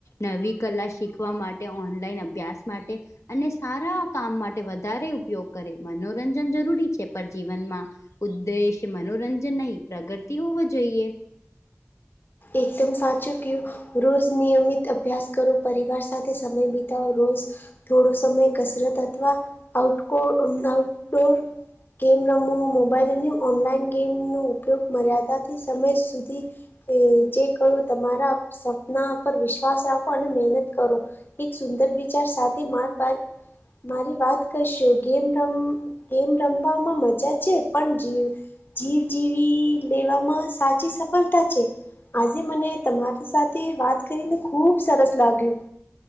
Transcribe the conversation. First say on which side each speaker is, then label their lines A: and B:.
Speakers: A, on the left (about 75°); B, on the left (about 45°).
A: નવી કલા શીખવા, માટે ઓનલાઈન અભ્યાસ માટે અને સારાં કામ માટે વધારે ઉપયોગ કરે મનોરંજન જરૂરી છે, પર જીવનમાં ઉદ્દેશ મનોરંજન નહીં, પ્રગરતિ હોવો જોઈએ.
B: એકદમ સાચું કીયું. રોઝ નિયમિત અભ્યાસ કરો, પરિવાર સાથે સમય બિતાવો રોઝ થોડો સમય કસરત અથવા આઉટકો અમ આઉટડોર ગેમ રમો, મોબાઈલ અને ઓનલાઈન ગેમનો ઉપયોગ મર્યાદાથી સમય સુધી એ જે કયો તમારા અપ સપના પર વિશ્વાસ રાખો અને મેનત કરો. એક સુંદર વિચાર સાથે માત વાત મારી વાત કયશુ, ગેમ રમ ગેમ રમવામાં મજા છે પણ જી જીવ જીવી લેવામાં સાચી સફલતા છે. આજે મને તમારી સાથે વાત કરીને ખુબ સરસ લાગ્યું.